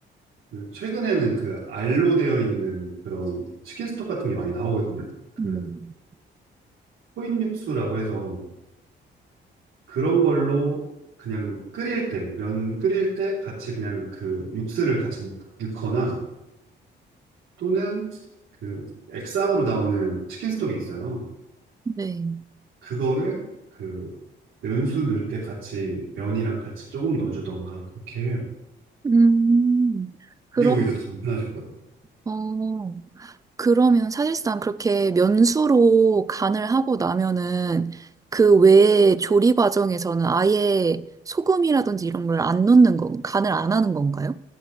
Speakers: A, on the right; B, on the right.
A: 그 최근에는 그 알로 되어 있는 그런 치킨 스톡 같은 게 많이 나오거든요. 그
B: 음.
A: 코인 육수라고 해서 그런 걸로 그냥 끓일 때, 면 끓일 때 같이 그냥 그 육수를 같이 넣- 넣거나 또는 그 액상으로 나오는 치킨 스톡이 있어요.
B: 네.
A: 그거를 그 면수 넣을 때 같이 면이랑 같이 조금 넣어주던가 그렇게 해요.
B: 음, 그럼,
A: 그게 오히려 더 간편하실 거예요.
B: 어, 그러면 사실상 그렇게 면수로 간을 하고 나면은 그 외에 조리 과정에서는 아예 소금이라든지 이런 걸 안 넣는 건, 간을 안 하는 건가요?